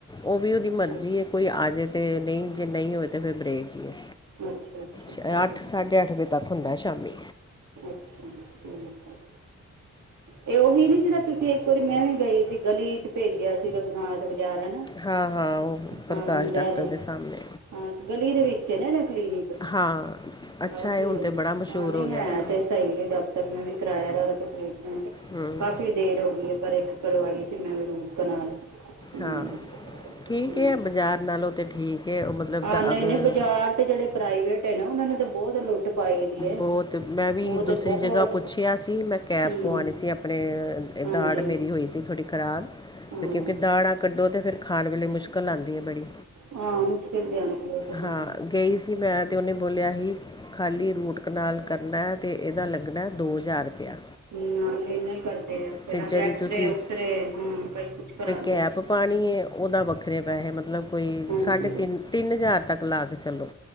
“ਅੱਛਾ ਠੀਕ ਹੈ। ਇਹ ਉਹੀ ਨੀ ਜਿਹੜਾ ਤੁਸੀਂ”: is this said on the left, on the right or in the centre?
Right